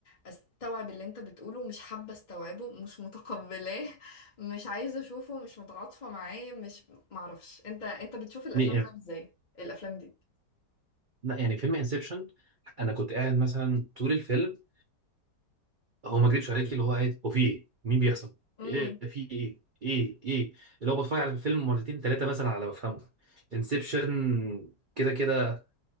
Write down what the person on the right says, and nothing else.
ليه؟
لا يعني فيلم انسبشن أنا كنت قاعد مثلا طول الفيلم هو ما اكذبش عليك اللي هو قاعد وفي ايه مين بيحصل
ايه في ايه ايه ايه اللي هو بتفرج على الفيلم مرتين ثلاثه مثلا على ما افهمه انسبشن كده كده